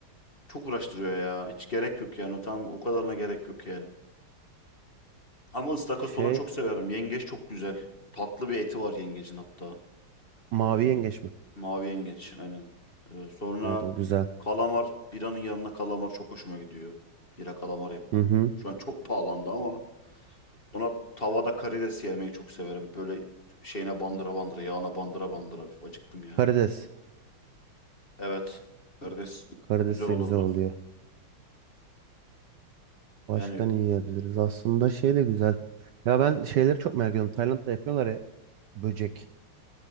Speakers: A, on the left; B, on the right.
A: çok uğraştırıyor ya. Hiç gerek yok yani. O tam o kadarına gerek yok yani. Ama ıstakoz
B: Şey
A: falan çok severim. Yengeç çok güzel. Tatlı bir eti var yengecin hatta.
B: mavi
A: Ee,
B: yengeç mi?
A: mavi yengeç aynen. Ee, sonra
B: Evet o güzel.
A: kalamar. Biranın yanına kalamar çok hoşuma gidiyor. Bira kalamar yapmak.
B: Hı hı.
A: Şu an çok pahalandı ama ona tavada karides yemeyi çok severim. Böyle şeyine bandıra bandıra, yağına bandıra bandıra. Üf, Acıktım ya.
B: Karides.
A: Evet. Karides
B: Karides
A: güzel olurdu.
B: de güzel oluyor. Başka
A: Yani
B: ne yiyebiliriz? Aslında şey de güzel. Ya ben şeyleri çok merak ediyorum. Tayland'da yapıyorlar ya böcek,